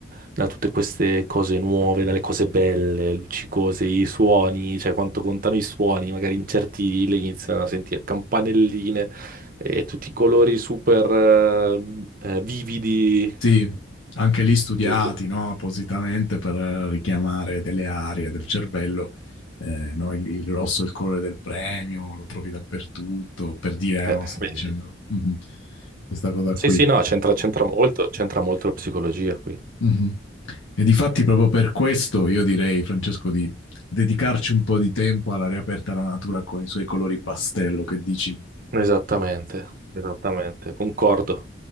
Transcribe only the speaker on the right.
da tutte queste cose nuove, dalle cose belle, luccicose, i suoni, cioè quanto contano i suoni, magari in certi le iniziano a sentire campanelline e tutti i colori super eh, eh, vividi.
Assurdo.
Eh,
vedi.
Sì,
sì, no, c'entra c'entra molto, c'entra molto la psicologia qui.
Esattamente, esattamente, concordo.